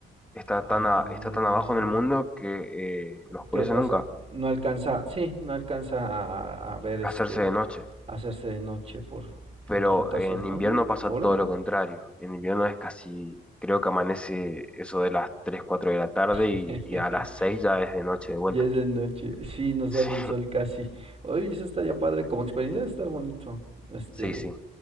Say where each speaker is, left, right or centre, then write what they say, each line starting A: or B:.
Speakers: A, in the centre; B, on the right.
A: Está
B: Ah,
A: tan, a- está tan abajo en el mundo que eh, no oscurece
B: que, o
A: nunca.
B: sea, no alcanza, sí, no alcanza a, a ver este,
A: Hacerse de noche.
B: hacerse de noche por,
A: pero
B: por la rotación.
A: en
B: Mm,
A: invierno pasa
B: órale.
A: todo lo contrario. En invierno es casi, creo que amanece eso de las 3 4 de la tarde
B: <laughs>
A: y, y a las 6 ya es de noche de vuelta.
B: Ya es de noche. Sí, no sale
A: Sí,
B: el sol casi. Oye, eso estaría padre. Como experiencia de estar bonito. Este,
A: <laughs> sí, sí.